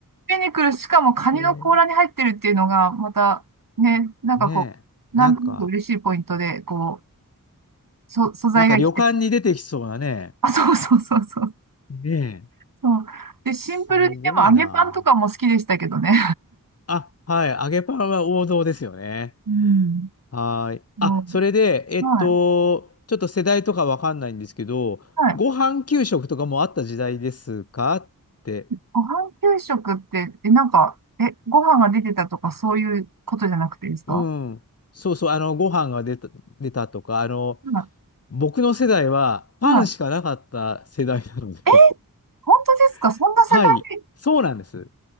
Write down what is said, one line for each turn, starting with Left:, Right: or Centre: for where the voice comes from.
Right: ピニクル、しかもカニの甲羅に入ってるっていうのが、
Left: ん。へえ
Right: また、ね、なんかこう、
Left: ねえ。
Right: なんとなく嬉しいポイントで、
Left: なんか、
Right: こう、そ、素材が生きてる。
Left: なんか旅館に出てきそうなね。
Right: あ、そうそうそうそう。
Left: ねえ。
Right: そう。で、シンプルに、
Left: すごいな。
Right: でも揚げパンとかも好きでしたけどね。
Left: あ、はい。揚げパンは王道ですよね。
Right: うん。
Left: はーい。あ、
Right: も
Left: それで、えっと、
Right: う、はい。
Left: ちょっと世代とかわかんないんですけど、
Right: はい。
Left: ご飯給食とかもあった時代ですかって。
Right: ご飯給食って、え、なんか、え、ご飯が出てたとかそういうことじゃなくてですか
Left: うん。そうそう、あの、ご飯が出た、出たとか、あの、
Right: は
Left: 僕の世代はパンしかなかった世代なので
Right: い。はい。え、本当ですかそんな世代に
Left: <laughs> はい。そうなんです。